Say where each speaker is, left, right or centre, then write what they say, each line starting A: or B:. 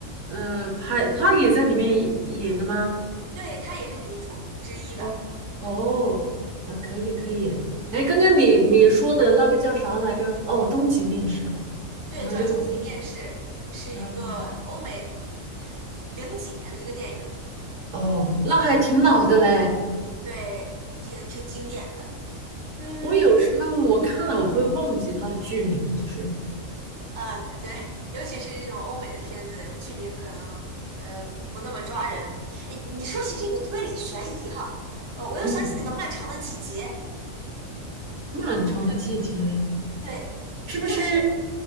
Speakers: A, on the right; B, on the right.
A: 呃，拍她也在里面演的吗？
B: 对，她也是女主之一吧？
A: 哦哦，啊，可以可以。哎，刚刚你你说的那个叫啥来着？
B: 嗯，
A: 哦，终极面试啊。
B: 对，
A: 然后这个，
B: 叫《终极面试》，是一个欧美零零几年的一个电影儿，
A: 嗯，哦，那还挺老的嘞。
B: 对，挺挺经典的。嗯
A: 我有时候我看了我会忘记它的剧名，就是
B: 嗯，对，尤其是这种欧美的片子，剧名可能呃不不那么抓人。哎，你说起这个推理悬疑哈，呃，我又想起那个《漫长的季节》，
A: 嗯，《漫长的季节》
B: 我不知道你有没有看过？对，
A: 是不是
B: 就是